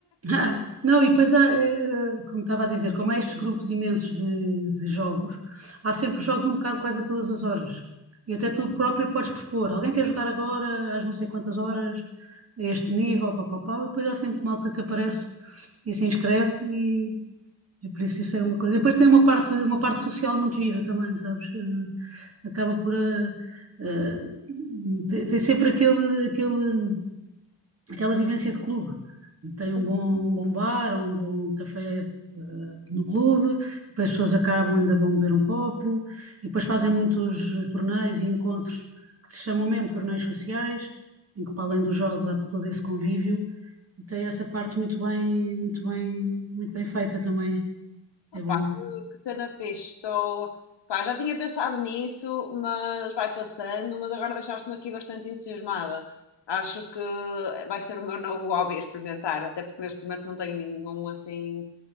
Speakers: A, on the right; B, on the left.
A: Ah, Não, e depois, há, eh, como estava a dizer, como há estes grupos imensos de, de jogos, há sempre jogos um bocado quase a todas as horas. E até tu próprio podes propor. Alguém quer jogar agora, às não sei quantas horas, a este nível, pá, pá, pá. E depois há sempre malta que aparece e se inscreve e E por isso isso é uma coisa. depois tem uma parte, uma parte social muito gira também, sabes? Eh, Acaba por. eh, eh, tem sempre aquele, aquele, aquela vivência de clube. Tem
B: Uhum.
A: um bom, um bom bar, um bom café. eh, No clube, e depois as pessoas acabam, ainda vão beber um copo, e depois fazem muitos torneios e encontros que se chamam mesmo torneios sociais, em que para além dos jogos há todo esse convívio, e tem essa parte muito bem, muito bem, muito bem feita também.
B: Opá,
A: É bom.
B: que, que cena fixe. Estou, pá, já tinha pensado nisso, mas vai passando. Mas agora deixaste-me aqui bastante entusiasmada. Acho que vai ser o meu novo hobby a experimentar, até porque neste momento não tenho nenhum assim